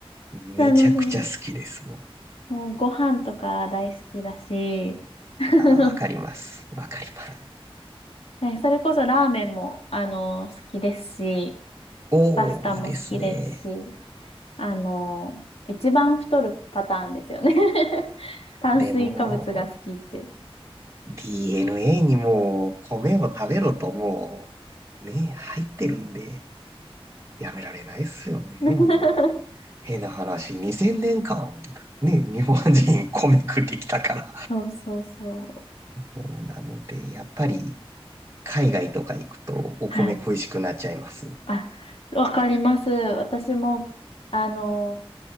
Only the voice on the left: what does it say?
なので、
もうご飯とか大好きだし、<laughs>
ねそれこそラーメンも、あの、好きですし、
パスタも好きですし、あの、一番太るパターンですよね <laughs> 炭水化物が好きって。
<laughs>
そうそうそう。
はい。あ、わかります。私も、あの、